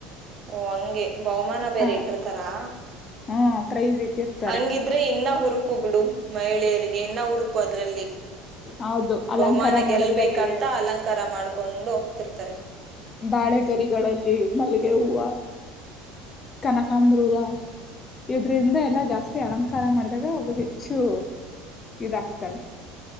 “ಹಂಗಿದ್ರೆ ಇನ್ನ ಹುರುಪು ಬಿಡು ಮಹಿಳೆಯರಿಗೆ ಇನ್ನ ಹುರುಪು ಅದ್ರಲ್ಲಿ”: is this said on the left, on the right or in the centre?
Right